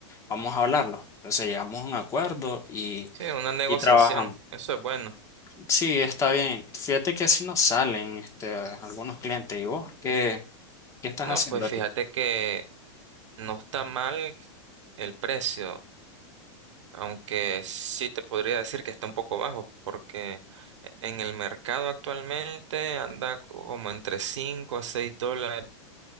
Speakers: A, on the left (about 20°); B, on the right (about 80°).
A: vamos a hablarlo. Entonces llegamos a un acuerdo y,
B: Sí, una negociación.
A: y trabajamos.
B: Eso es bueno.
A: Sí, está bien. Fíjate que así nos salen este, algunos clientes. ¿Y vos qué, qué estás
B: No,
A: haciendo
B: pues
A: ahorita?
B: fíjate que no está mal el precio, aunque sí te podría decir que está un poco bajo, porque En el mercado actualmente anda como entre cinco a seis dólares